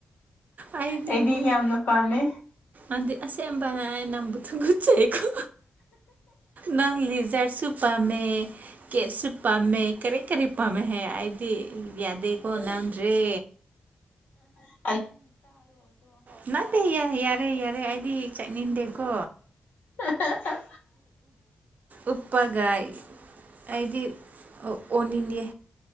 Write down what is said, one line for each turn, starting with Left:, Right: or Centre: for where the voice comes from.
Right: ꯑ ꯅꯝꯝꯕꯕꯨ
Left: ꯑꯩꯗꯤ ꯌꯥꯝꯅ ꯄꯥꯝꯃꯦ
Right: ꯑꯗꯤ ꯑꯁꯦ ꯑꯝꯕꯅ ꯅꯝꯝꯕ ꯒꯨꯠꯆꯩꯀꯣ ꯅꯪ ꯂꯤꯖꯔꯁꯨ ꯄꯥꯝꯃꯦ ꯀꯦꯠꯁꯨ ꯄꯥꯝꯃꯦ ꯀꯔꯤ ꯀꯔꯤ ꯄꯥꯝꯃꯦ ꯍꯥꯏ ꯑꯩꯗꯤ ꯌꯥꯗꯦꯀꯣ ꯅꯝꯗ꯭ꯔꯦ
Left: ꯑ
Right: ꯎ ꯅꯠꯇꯦ ꯌꯥꯔꯦ ꯌꯥꯔꯦ ꯑꯩꯗꯤ ꯆꯠꯅꯤꯡꯗꯦꯀꯣ
Left: <inaudible>
Right: ꯎꯞꯄꯒꯥꯏ ꯑꯩꯗꯤ ꯑꯣꯅꯤꯌꯦ